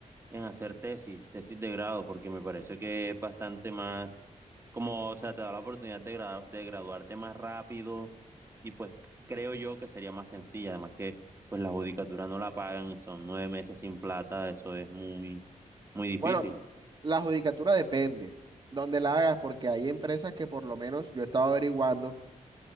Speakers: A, on the right; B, on the right.
A: en hacer tesis, tesis de grado, porque me parece que es bastante más, como, o sea, te da la oportunidad de, gra- de graduarte más rápido y pues creo yo que sería más sencilla, además que pues la judicatura no la pagan, son nueve meses sin plata, eso es muy, muy difícil.
B: Bueno, la judicatura depende donde la hagas porque hay empresas que por lo menos yo he estado averiguando